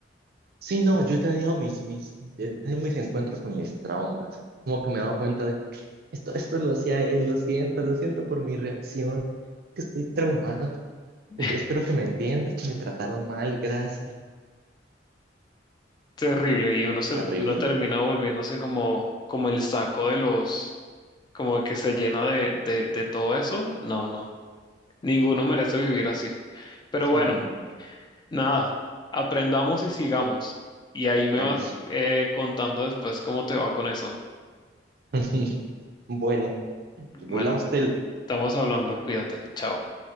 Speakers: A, on the right (about 55°); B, on the left (about 25°).
A: Sí, no, yo he tenido mis, mis, he tenido mis encuentros con mis traumas. Como que me he dado cuenta de, esto, esto lo hacía él, lo siento, lo siento por mi reacción, que estoy traumado.
B: <laughs>
A: Es- espero que me entiendas, que me trataron mal, gracias.
B: Terrible, y uno se,
A: Terrible.
B: uno termina volviéndose como, como el saco de los, como que se llena de, de, de todo eso. No, no, ninguno merece vivir así. Pero
A: Sí,
B: bueno,
A: no.
B: nada, aprendamos y sigamos. Y ahí me
A: Ay,
B: vas
A: sí.
B: eh, contando después cómo te va con eso.
A: <laughs> Bueno, volvamos
B: Bueno, estamos hablando, cuídate, chao.